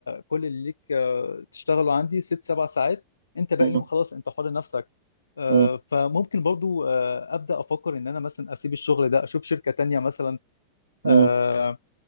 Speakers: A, on the left; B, on the right.
A: كل اللي ليك آه، تشتغلوا عندي ست سبع ساعات انت باقي
B: م-
A: اليوم خلاص انت حر نفسك آه،
B: م-
A: فممكن برضو آه، ابدا افكر ان انا مثلا اسيب الشغل ده اشوف شركه تانية مثلا
B: م.
A: آه،